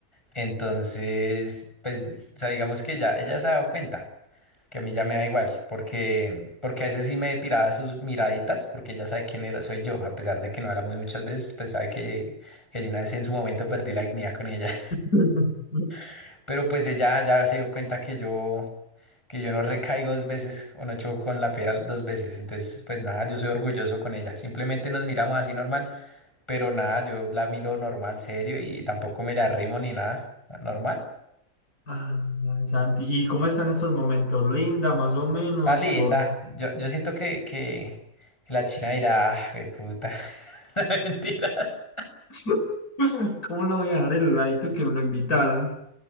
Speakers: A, on the left; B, on the left.
A: Entonces, pues, o sea, digamos que ya ella se ha dado cuenta que a mí ya me da igual, porque, porque a veces sí me tiraba sus miraditas, porque ella sabe quién era, soy yo, a pesar de que no hablamos muchas veces, pues sabe que, que yo una vez en su momento perdí la dignidad con ella,
B: <laughs>
A: <laughs> pero pues ella ya se dio cuenta que yo, que yo no recaigo dos veces o no choco con la piedra dos veces, entonces, pues nada, yo soy orgulloso con ella, simplemente nos miramos así normal, pero nada, yo la miro normal, serio, y tampoco me la arrimo ni nada, normal.
B: Ah, Santi, ¿y cómo están estos momentos? ¿Linda, más o menos?
A: Está linda.
B: ¿O
A: Yo, yo siento que, que, que la China dirá, ah, güey, puta. <laughs> no, Mentiras.
B: <laughs> ¿Cómo no voy a dejar el heladito que me lo invitaran?